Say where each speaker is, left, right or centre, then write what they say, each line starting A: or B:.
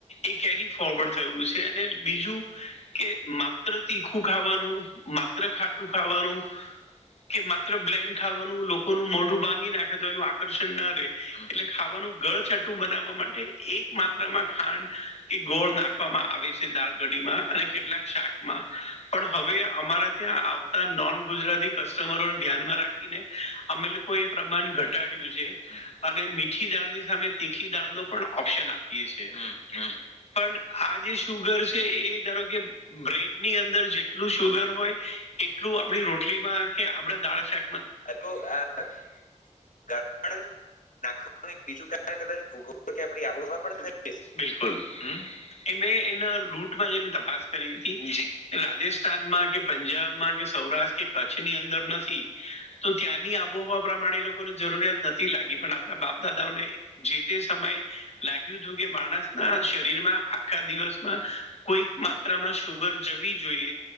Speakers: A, on the left; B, on the left.
A: એક કેરી ફોરવર્ડ થયું છે અને બીજું કે માત્ર તીખું ખાવાનું માત્ર ખાટું ખાવાનું કે માત્ર બ્લેન ખાવાનું લોકોનું મોઢું બાંગી નાખે તો એનું આકર્ષણ ના રે. એટલે ખાવાનું ગળ છાટું બનાવવા માટે એક માત્રામાં ખાંડ કે ગોળ નાખ આપવામાં આવે છે દાળ ઘડી માં અને કેટલાક શાકમાં. પણ હવે અમારા ત્યાં આવતા નોન ગુજરાતી કસ્ટમરોને ધ્યાનમાં રાખ ખીને અમે લોકો એ પ્રમાણ ઘટાડ્યું છે. અને મીઠી દાળની સામે તીખી દાળ નો પણ ઓપ્શન આપીએ છે. પણ આ જે શુગર છે એ ધારો કે બ્રેડ ની અંદર જેટલું સુુગર હોય એટલું આપડી રોટલીમાં કે આપડા દાળા શાકમાં
B: ગા તો આ ગાત પાન નાખનું બીજું કારણ કદાચ ભોગવવા કે આપ આબોહવા પણ કરી
A: બિલકુલ એ મેં એના રૂટ માં જે તપાસ કરી તી એ રાજસ્થાનમાં કે પંજાબમાં કે સૌરાષ્ટ્ર કે કચ્છ ની અંદર નથી તો ત્યાંની આબોહવા પ્રમાણે એ લોકોને જરૂરિયાત નથી લાગી પણ આપણા બાપદાદાઓને જે તે સમયે લાગ્યું હતું કે માણસ ના શરીર માં આખા દિવસમાં કોઈક માત્રામાં શુગર જવી જોઈએ